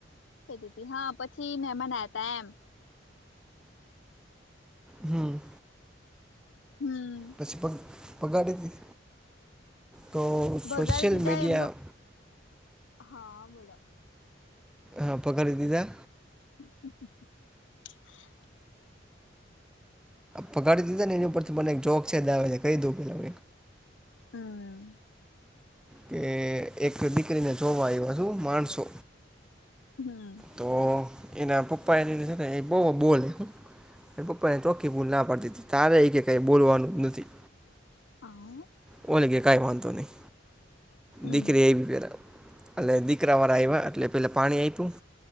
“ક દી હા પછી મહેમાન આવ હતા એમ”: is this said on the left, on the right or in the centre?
Left